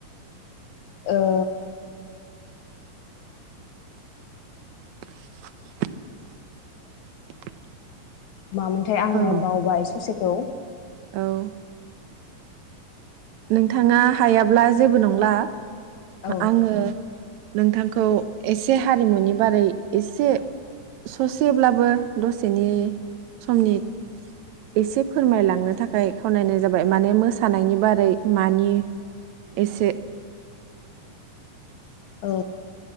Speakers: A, on the left; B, on the right.
A: ओ
B: <inaudible>
A: मामोनथाय आङो
B: औ
A: बावबाय ससेखौ
B: औ नोंथाङा हायाब्ला जेबो नंला।
A: औ
B: आङो नोंथांखौ एसे हारिमुनि बारै एसे ससेब्लाबो दसेनि समनि एसे फोरमायलांनो थाखाय खावलायनाय जाबाय माने मोसानायनि बारै मानि एसे
A: औ